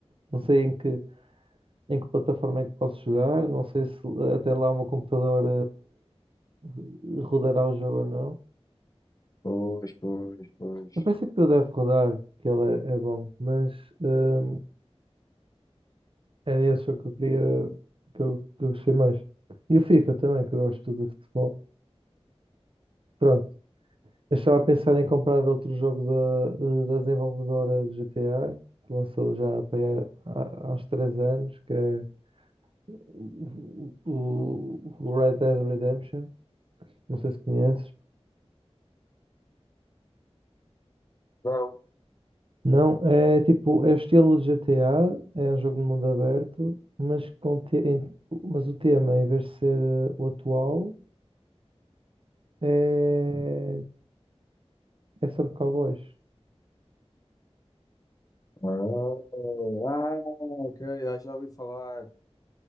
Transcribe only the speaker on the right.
não sei em que, em que plataforma é que posso jogar, não sei se até lá o meu computador eh, rodará o jogo ou não.
Em princípio ele deve rodar, que ele é, é bom, mas hum, era esse jogo que eu queria, que eu, que eu gostei mais. E o FIFA também, que eu gosto de futebol. Pronto, Eu estava a pensar em comprar outro jogo da, da desenvolvedora de GTA, que lançou já para aí há, há uns 3 anos, que é o, o- o Red Dead Redemption. Não sei se conheces.
Não, é tipo, é o estilo de GTA, é um jogo de mundo aberto, mas, com te- em- mas o tema, em vez de ser eh, o atual, é, é sobre cowboys.